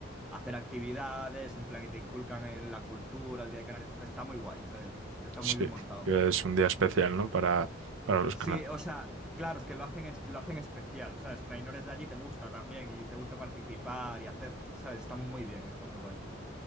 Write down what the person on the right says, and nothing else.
sí.
Que es un día especial, ¿no? Para, para los canales.